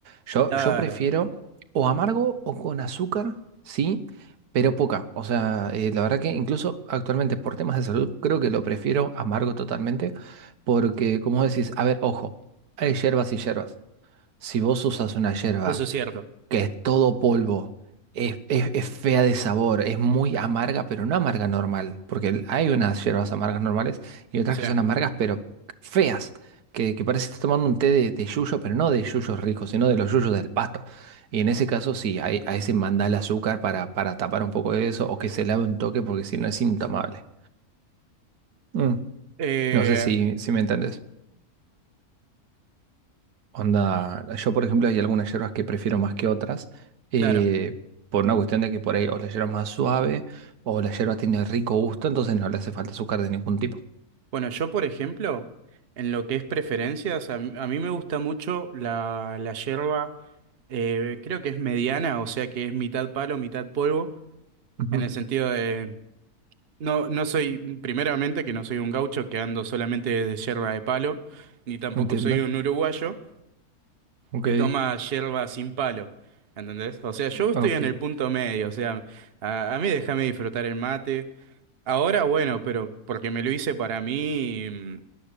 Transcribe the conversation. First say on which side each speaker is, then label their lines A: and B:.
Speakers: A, on the right; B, on the right.
A: Yo,
B: claro,
A: yo prefiero o amargo o con azúcar, sí, pero poca. O sea, eh, la verdad que incluso actualmente por temas de salud creo que lo prefiero amargo totalmente. Porque, como decís, a ver, ojo, hay hierbas y hierbas. Si vos usas una hierba
B: eso es cierto.
A: que es todo polvo. Es, es- es fea de sabor, es muy amarga, pero no amarga normal, porque el- hay unas hierbas amargas normales y otras
B: Sí.
A: que son amargas, pero feas, que, que parece que estás tomando un té de, de yuyo, pero no de yuyos ricos, sino de los yuyos del pasto. Y en ese caso sí, hay- a, ese mandale azúcar para, para tapar un poco de eso o que se lave un toque porque si no es intomable. Mm,
B: Eh,
A: No sé si, si me entendés. Onda, yo por ejemplo hay algunas hierbas que prefiero más que otras, eh,
B: claro.
A: por una cuestión de que por ahí o la hierba es más suave o la hierba tiene rico gusto, entonces no le hace falta azúcar de ningún tipo.
B: Bueno, yo por ejemplo, en lo que es preferencias, a, mí a mí me gusta mucho la, la yerba, eh, creo que es mediana, o sea que es mitad palo, mitad polvo,
A: Ujú,
B: en el sentido de, no, no soy, primeramente que no soy un gaucho que ando solamente de yerba de palo, ni tampoco
A: Entiendo.
B: soy un uruguayo
A: Ok,
B: que toma yerba sin palo, ¿entendés? O sea, yo estoy
A: ok,
B: en
A: es
B: el punto medio, o sea, a, a mí déjame disfrutar el mate. Ahora, bueno, pero porque me lo hice para mí.